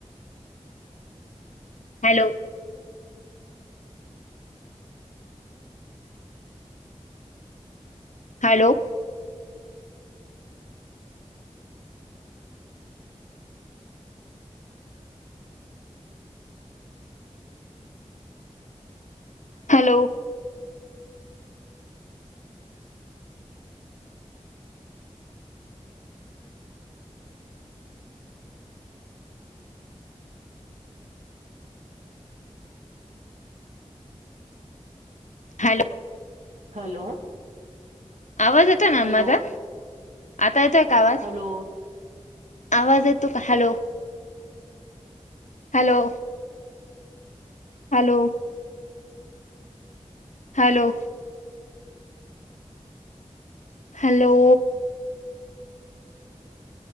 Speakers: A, on the left (about 80°); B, on the right (about 80°).
A: hello hello. Hello. Hello.
B: Hello.
A: आवाज येतो ना
B: हॅलो
A: माझा आता येतोय का आवाज?
B: हॅलो
A: आवाज येतो का hello hello. Hello. Hello. Hello.